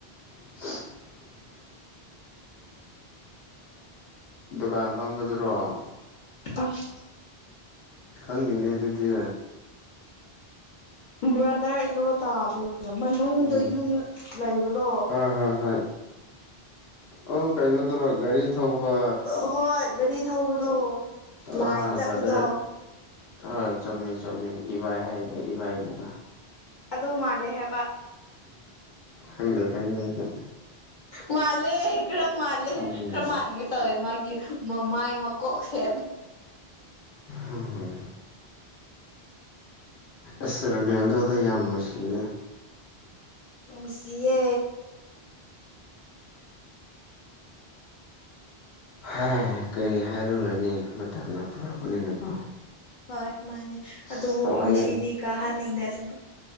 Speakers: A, on the left (about 75°); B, on the left (about 55°).
A: <inaudible> ꯗꯨꯀꯥꯟ ꯐꯝꯕꯗꯨꯔꯣ
B: ꯑꯐ
A: ꯈꯪꯉꯗꯦꯅꯦ ꯑꯗꯨꯗꯤ
B: ꯕ꯭ꯔꯥꯗꯔ ꯏꯂꯣ ꯇꯥꯗꯅꯦ ꯃꯅꯨꯡꯗ
A: ꯎꯝ
B: ꯌꯨꯝ ꯂꯩꯕꯗꯣ
A: ꯍꯣꯏ ꯍꯣꯏ ꯍꯣꯏ ꯑꯣ ꯑ ꯀꯩꯅꯣꯗꯨꯔꯣ ꯒꯥꯔꯤ ꯊꯧꯕ
B: ꯑꯍꯣꯏ ꯒꯥꯔꯤ ꯊꯧꯕꯗꯣ
A: ꯑꯥ
B: ꯂꯥꯏꯟ ꯆꯠꯄꯗꯣ
A: ꯕ꯭ꯔꯗꯔ ꯍꯣꯏ ꯆꯨꯝꯃꯦ ꯆꯨꯝꯃꯦ ꯏꯕꯥꯏ ꯍꯥꯏꯗꯤ ꯏꯕꯥꯏꯗꯨꯒ
B: ꯑꯗꯨ ꯃꯥꯂꯦ ꯍꯥꯏꯕ
A: ꯈꯪꯗꯦ ꯈꯪꯗꯦꯗꯤ
B: ꯃꯥꯂꯦ ꯏꯔ ꯃꯥꯂꯦꯔ
A: ꯎꯝ
B: ꯃꯥꯟꯒꯦ ꯇꯧꯋꯦ ꯃꯥꯒꯤ ꯃꯃꯥꯏ ꯃꯀꯣꯛꯁꯦ
A: ꯍꯝ ꯍꯝ ꯑꯦꯁꯔꯦꯟꯅꯦꯜꯗꯗ ꯌꯥꯝ ꯃꯁꯤꯍꯤꯗ
B: ꯅꯨꯡꯁꯤꯌꯦ
A: ꯍꯥꯏ ꯀꯔꯤ ꯍꯥꯏꯔꯨꯔꯅꯤ ꯃꯇꯝꯅ ꯄꯨꯔꯛꯄꯅꯤꯅꯀꯣ
B: ꯍꯣꯏ ꯃꯥꯅꯤ
A: ꯑꯁ
B: ꯑꯗꯨꯕꯨ
A: ꯊꯋꯥꯏ
B: ꯃꯦꯁꯤꯗꯤ ꯀꯥꯍꯟꯅꯤꯡꯗꯦꯁꯤꯡꯕ